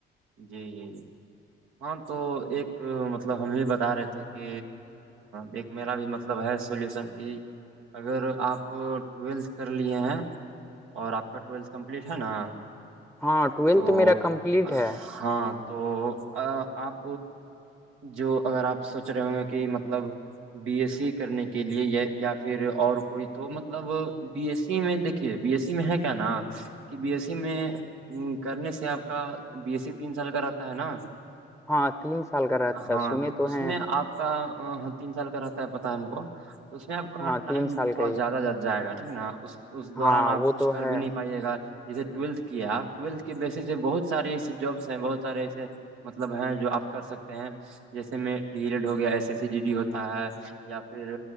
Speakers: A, on the right (about 85°); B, in the centre.
A: جی- جی- جی ہاں تو ایک مطلب ہم یہ بتا رہے تھے کہ ایک- میرا بھی مطلب ہے سلیوشن کہ اگر آپ ٹویلتھ کر لیے ہیں- اور آپ کا ٹویلتھ کمپلیٹ ہے نا-
B: ہاں ٹویلتھ
A: تو
B: میرا کمپلیٹ ہے-
A: ہاں تو آپ جو اگر آپ سوچ رہے ہوں گے کہ مطلب- بی ایس سی کرنے کے لیے یا یا پھر اور کوئی تو مطلب بی ایس سی میں دیک- د بی ایس س میں ہے کیا نا کہ بی ایس س میں- کرنے سے آپ کا بی ایس سی تین سال کا رہتا ہے نا-
B: ہاں تین سال کا رہتا
A: ہاں
B: ہے سنے تو
A: اس
B: ہیں-
A: میں آپ کا تین سال کا رہتا ہے پتا ہے م کو تو اس میں آپ کا
B: ہاں
A: ٹائم
B: تین سال
A: تھوڑا
B: کا ہی
A: زیادہ
B: ہے۔
A: زیاد جائے گا ٹھیک نا اس اس دوران
B: ہاں
A: آپ
B: وہ تو
A: کر
B: ہے
A: بھی نہیں پائے گا اسسے ٹویلتھ کے- کیا آپ ٹویلتھ کے بیس سے بہت ساریے ایے جبس ہیں بہت سارے ایسے- مطلب ہے جو آپ کر سکتے ہیں جیسے میں ڈی ایڈ ہو گیا S E C G D ہوتا ہے- یا پھر